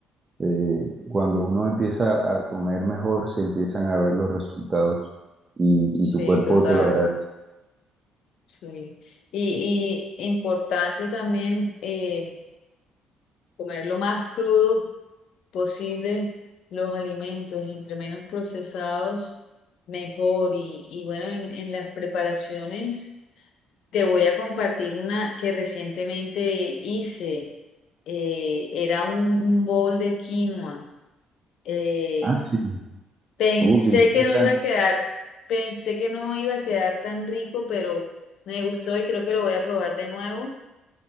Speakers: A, on the right (about 35°); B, on the left (about 70°).
A: Eh, cuando uno empieza a comer mejor, se empiezan a ver los resultados y,
B: Sí,
A: y tu cuerpo
B: total.
A: te lo agradece.
B: Sí. Y, y importante también eh, comer lo más crudo posible los alimentos, entre menos procesados, mejor. Y, y bueno, en, en las preparaciones te voy a compartir una que recientemente hice. Eh, era un, un bowl de quinoa. Eh,
A: Ah, sí,
B: Pensé
A: uh, qué interesante.
B: que no iba a quedar, pensé que no iba a quedar tan rico, pero me gustó y creo que lo voy a probar de nuevo.